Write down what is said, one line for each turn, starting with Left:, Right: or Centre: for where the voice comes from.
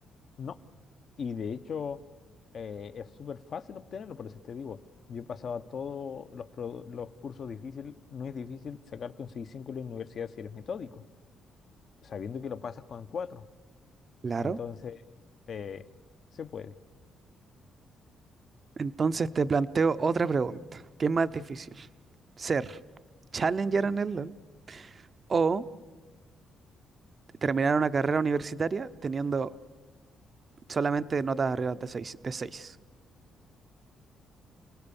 Left: no. Y de hecho eh, es súper fácil obtenerlo, por eso te digo, yo pasaba todos los, pro- los cursos difíciles, no es difícil sacarte un seis cinco en la universidad si eres metódico, sabiendo que lo pasas con cuatro
Right: Claro.
Left: Entonces, eh, se puede.
Right: Entonces te planteo otra pregunta. ¿Qué es más difícil? ¿Ser Challenger en el LOL o terminar una carrera universitaria teniendo solamente notas arriba de seis, de seis?